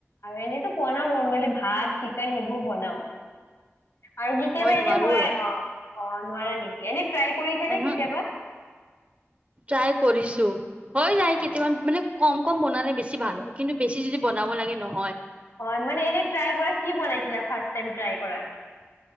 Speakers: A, on the left; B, on the right.
A: এনেতো বনাও নৰ্মেলি ভাত চিকেন সেইবোৰ বনাও। আৰু কেতিয়াবা
B: নোৱাৰো
A: এনে মই
B: ৰ
A: অ অ নোৱাৰা নেকি? এনেট্ৰাই কৰিছে নে
B: আহা
A: কেতিয়া।
B: ট্ৰাই কৰিছোঁ। হৈ যায়
A: অ
B: কেইটামান মানে। কম কম বনালে বেছি ভাল হয় কিন্তু বেছি যদি বনাব লাগে ন
A: হয় মানে এনেই টাৰাই কৰা কি বনাইছিলা ফাৰচ চাইড টাৰাই। পৰা